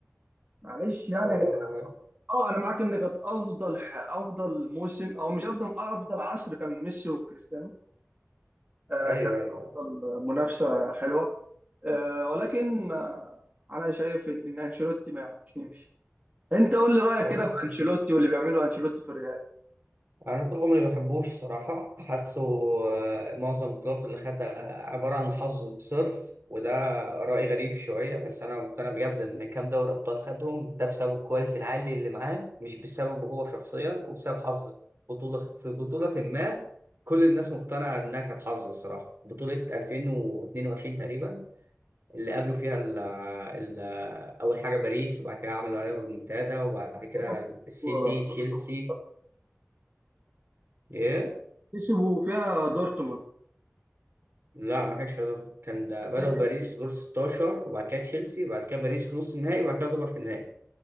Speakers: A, on the right; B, on the right.
A: معلش يعني
B: والله
A: يا جدعان. اه انا معاك ان كانت افضل ح- افضل موسم او مش افضل آه، افضل عصر كان ميسي وكريستيانو آه
B: ايوه
A: كان
B: ايوه
A: افضل منافسة حلوة آه، ولكن آه، انا شايف ان إن انشيلوتي ما يقعدش يمشي انت قول لي رايك
B: أوه.
A: كده في انشيلوتي واللي بيعمله انشيلوتي في الريال
B: انا طول عمري ما بحبوش صراحه حاسه آه، معظم البطولات اللي خدتها عباره عن حظ صرف وده راي غريب شويه بس انا مقتنع بجد ان كام دوري ابطال خدهم ده بسبب الكواليتي العالي اللي معاه مش بسببه هو شخصيا وبسبب حظ بطوله في بطوله ما كل الناس مقتنعه انها كانت حظ الصراحه بطوله 2022 تقريبا اللي قابلوا فيها ال ال اول حاجه باريس وبعد كده عملوا عليهم ريمونتادا وبعد كده
A: هم كسبوا
B: السيتي تشيلسي
A: دورتموند.
B: yeah.
A: كسبوا فيها دورتموند
B: لا ما كانش في دور كان بدأوا
A: كان النهائي
B: باريس في دور 16 وبعد كده تشيلسي وبعد كده باريس في نص النهائي وبعد كده ليفر في النهائي